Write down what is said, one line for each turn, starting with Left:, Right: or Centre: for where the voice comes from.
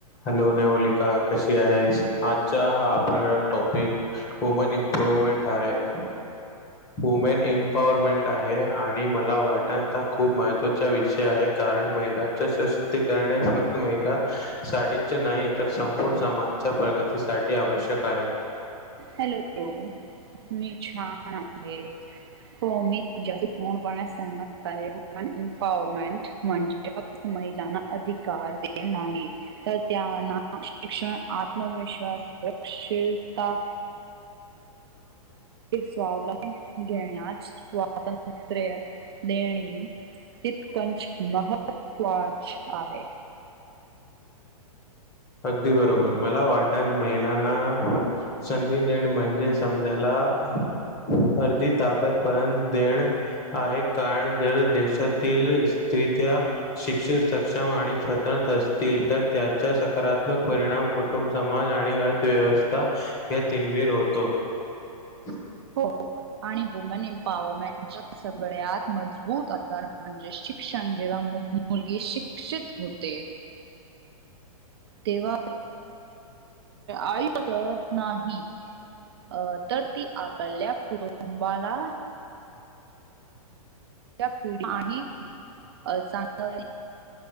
Left: Hello Navalika कशी आहेस? आजचा टॉपिक वुमेन इम्प्रोवमेंट हा आहे. वुमेन एम्पॉवरमेंट आहे आणि मला वाटण ता खूप महत्त्वाचा विषय आहे का रण महिलाच सशक्तिकरण फक्त महिला साठीचे नाही तर संपूर्ण समाजच्या प्रगतीसाठी आवश्यक आहे. <inaudible>
Right: हॅलो मी छान आहे. हो मी तुमच्याशी पूर्णपणे सहमत आहे वुमन एम्पॉवरमेंट म्हणजे. महिलांना अधिकार दिले नाही तर त्यांना शिक्षण आत्मविश्वास. सुरक्षिलता.
Left: <inaudible>
Right: एक स्वलंब घेण्यास स्वातंत्र्य देणे. तितकंच महत्त्वाच आहे.
Left: <inaudible> अगदी बरोबर मला वाटन महिलांना संधी देण म्हणजे समजायला. हा आर्धी ताकदपण देण आहे कारण जर देशातील स्त्या शिक्षक सक्षम आणि स्वतंत्र असतील तर त्याच्या सकारात्मक परिणाम, कुटुंब समाज आणि अर्थव्यवस्था या तिनवीर होतो. ह
Right: हो आणि वुमन एम्पॉवरमेंट सगळ्यात मजबूत आधार म्हणजे शिक्षण जेव्हा मुलगी शिक्षित होते तेव्हा आईतत नाही अ तर ती आपल्या कुटुंबाला पिढीलाही ही चांगलं